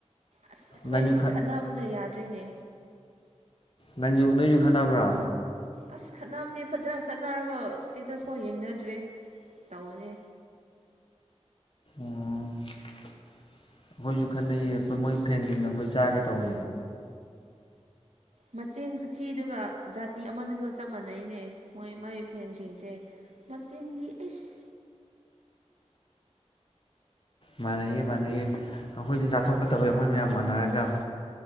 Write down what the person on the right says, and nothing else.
ꯑꯁ ꯑꯩꯈꯣꯏꯁꯤ
ꯈꯠꯅꯕꯅ ꯌꯥꯗ꯭ꯔꯤꯅꯦ
ꯑꯁ ꯈꯠꯅꯕꯅꯦ ꯐꯖꯅ ꯈꯠꯅꯔꯒ ꯏꯁꯇꯦꯇꯁ ꯐꯥꯎ ꯌꯦꯡꯅꯗ꯭ꯔꯔꯤ ꯇꯧꯕꯅꯦ
ꯃꯆꯤꯟ ꯈꯨꯊꯤꯗꯨꯒ ꯖꯥꯇꯤ ꯑꯃꯗꯨꯒ ꯆꯞ ꯃꯥꯟꯅꯩꯅꯦ ꯃꯣꯏ ꯃꯣꯏ ꯐꯦꯟꯁꯤꯡꯁꯦ ꯃꯆꯤꯟꯗꯤ ꯏꯁ